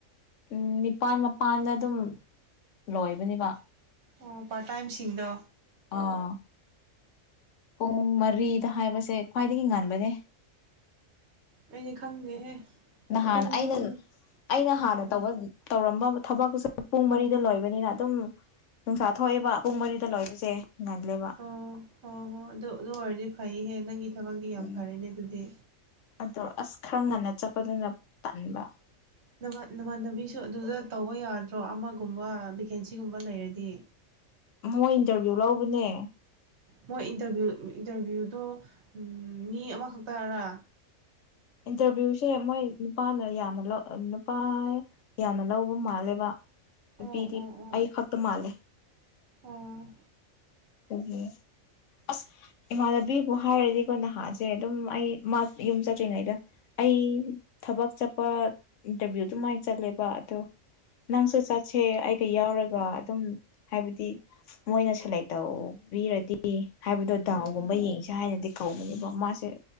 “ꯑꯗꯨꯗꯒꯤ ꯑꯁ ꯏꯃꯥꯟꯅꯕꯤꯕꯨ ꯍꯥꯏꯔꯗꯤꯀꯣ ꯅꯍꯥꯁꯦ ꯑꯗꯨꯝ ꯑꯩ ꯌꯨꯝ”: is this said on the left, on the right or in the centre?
Left